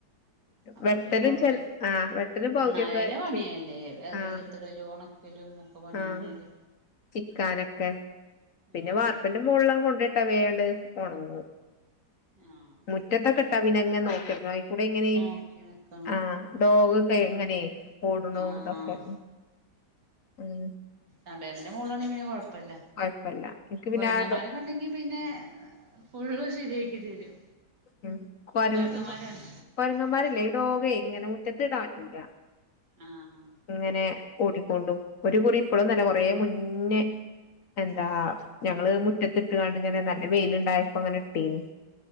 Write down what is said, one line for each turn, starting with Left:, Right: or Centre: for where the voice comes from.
Right: അപ്പൊ
Left: വെട്ടലും
Right: പിന്നെ കൊഴപ്പല്ല.
Left: ചെല ആഹ് വെട്ടലും പകുതിയൊക്കെ
Right: ന്നാലേന്നേ പണിയല്ലേ
Left: ചെയ്
Right: വെയിലേത്തിടലും
Left: ആഹ്
Right: ഒണക്കലോക്കെ പ ണിയെന്നെല്ലേ
Left: ആഹ് ചിക്കാനൊക്കെ പിന്നെ
Right: ആഹ്
Left: വാർപ്പിന്റെ മോള്ലാ കൊണ്ട യിട്ടാ വേ ആണ്ട് ഒണങ്ങും
Right: ആഹ്
Left: മുറ്റത്തോക്കെട്ടാ പിന്നങ്ങെനെ നോക്കിക്കണം അയ് കൂടെ ഇങ്ങനെ
Right: നോക്കി നിക്കണം
Left: ആ ഡോഗൊക്കെങ്ങനെ ഓട്ണോടോക്കെ
Right: ആഹ്
Left: ഉം
Right: ആ പേരന്റെ മോളിലാണെ പിന്നെ കൊഴ പ്പല്ല
Left: കൊഴപ്പല്ല എനിക്ക് പിന്നെ
Right: കൊരങ്ങമാരൊക്കെണ്ടെങ്കി
Left: ആ ഡോ
Right: പിന്നെ ഫുള്ള് ശരിയാ ക്കി തരും
Left: ഉം കൊര്
Right: കൊരങ്ങന്മാരാണ്
Left: കൊരങ്ങമാരില്ലേ ഈ ഡോഗെ ഇങ്ങനെ മുറ്റത്ത്ടാ പറ്റൂല
Right: ആഹ്
Left: ഇങ്ങനെ ഓടിക്കൊണ്ടും ഒരു കുറി ഇപ്പളൊന്നും അല്ല കൊറേ മുന്നേ എന്താ
Right: ആഹ്
Left: ഞങ്ങള് മുറ്റത്തിട്ട്ക്കാണ്ട് ഇങ്ങനെ നല്ല വെയിലാണ്ടായപ്പോങ്ങനെ ഇട്ടീനി